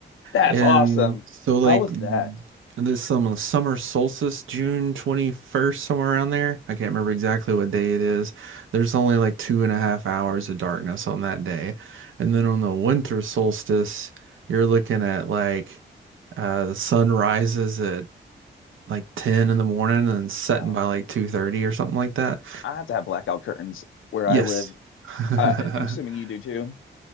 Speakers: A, on the left; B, on the right.
A: that's
B: And
A: awesome.
B: so like
A: How was
B: mm,
A: that?
B: this some summer solstice, June 21st, somewhere around there. I can't remember exactly what day it is. There's only like two and a half hours of darkness on that day. And then on the winter solstice, you're looking at like uh the sun rises at like 10 in the morning and setting
A: Wow.
B: by like 2:30 or something like that.
A: I have to have blackout curtains where
B: Yes.
A: I live.
B: <laughs>
A: I I'm assuming you do too.